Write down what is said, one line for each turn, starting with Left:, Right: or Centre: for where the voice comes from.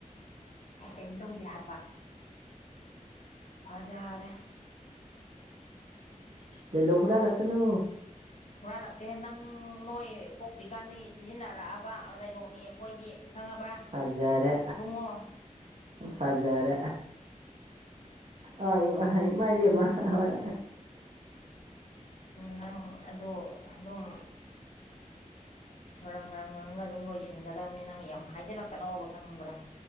Left: ꯀꯩꯝ ꯇꯧꯗꯦ ꯍꯥꯏꯕ ꯐꯖꯔꯦ
Right: ꯏꯁꯦꯇꯦꯂꯣ ꯍꯨꯔꯥꯜ ꯂꯥꯡ ꯀꯥꯅꯨ
Left: ꯍꯨꯔꯥꯜꯂꯛꯇꯦ ꯅꯪ ꯅꯣꯏ ꯄꯣꯛꯇ꯭ꯔꯤꯀꯥꯟꯗꯒꯤ ꯁꯤꯖꯤꯟꯅꯔꯛꯑꯕ ꯗꯥꯏꯂꯣꯛꯅꯤ ꯑꯩꯈꯣꯏꯗꯤ ꯈꯪꯉꯕ꯭ꯔꯥ
Right: ꯐꯖꯥꯔꯦ
Left: ꯏꯕꯨꯡꯉꯣ
Right: ꯐꯖꯥꯔꯦ ꯑꫭ ꯏꯃꯥ ꯏꯃꯥ ꯏꯤꯕꯦꯝꯃꯥ ꯍꯣꯏ
Left: ꯅꯪ ꯑꯗꯨ ꯑꯗꯨꯝ ꯉꯔꯥꯡ ꯉꯔꯥꯡ ꯉꯔꯪꯒ ꯑꯗꯨꯝ ꯂꯣꯏꯁꯤꯟꯒꯗꯕꯅꯤ ꯅꯪ ꯌꯥꯝ ꯍꯥꯏꯖꯤꯜꯂꯛꯀꯅꯣꯕ ꯈꯪꯕ꯭ꯔꯥ